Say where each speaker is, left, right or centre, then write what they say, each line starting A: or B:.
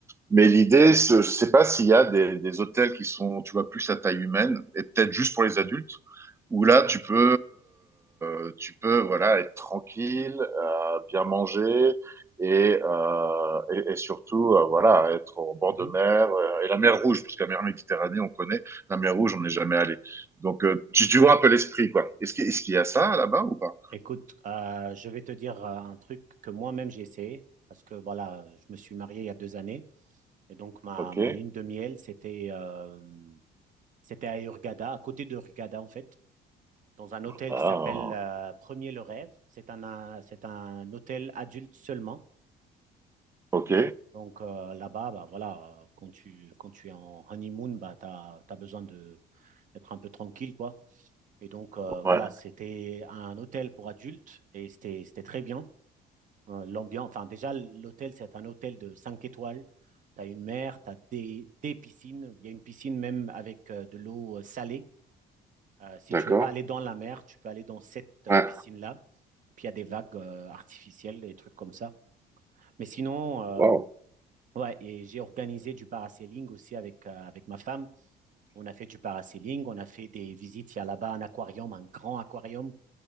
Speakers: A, on the right; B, on the right.
A: Mais l'idée, je sais pas s'il y a des, des hôtels qui sont, tu vois, plus à taille humaine et peut-être juste pour les adultes, où là, tu peux, euh, tu peux, voilà, être tranquille, euh, bien manger et, euh, et, et surtout, euh, voilà, être au bord
B: mhm.
A: de mer euh, et la mer Rouge, parce que la mer Méditerranée, on connaît, la mer Rouge, on n'est jamais allé. Donc, euh, tu, tu vois un peu l'esprit, quoi. Est-ce qu'il est-ce qu'il y a ça là-bas ou pas?
B: Écoute, euh, je vais te dire euh, un truc que moi-même j'ai essayé, parce que voilà, je me suis marié il y a deux années, et donc ma,
A: Ok.
B: ma lune de miel, c'était euh, c'était à Hurghada, à côté de Hurghada en fait, dans un hôtel
A: Ah,
B: qui s'appelle euh, Premier le Rêve. C'est un, euh, c'est un hôtel adulte seulement.
A: ok.
B: Donc euh, là-bas, bah, voilà, euh, quand tu, quand tu es en honeymoon, bah, tu as, besoin de, d'être un peu tranquille, quoi. Et donc, euh,
A: Ouais.
B: voilà, c'était un hôtel pour adultes et c'était, c'était très bien. Euh, l'ambiance, enfin, déjà, l'hôtel, c'est un hôtel de 5 étoiles. Tu as une mer, tu as des, des piscines. Il y a une piscine même avec euh, de l'eau euh, salée. Euh, si
A: D'accord.
B: tu veux pas aller dans la mer, tu peux aller dans cette euh,
A: Ouais.
B: piscine-là. Puis il y a des vagues euh, artificielles, des trucs comme ça. Mais sinon, euh,
A: Wow.
B: Ouais, et j'ai organisé du parasailing aussi avec, euh, avec ma femme. On a fait du parasailing, on a fait des visites. Il y a là-bas un aquarium, un grand aquarium.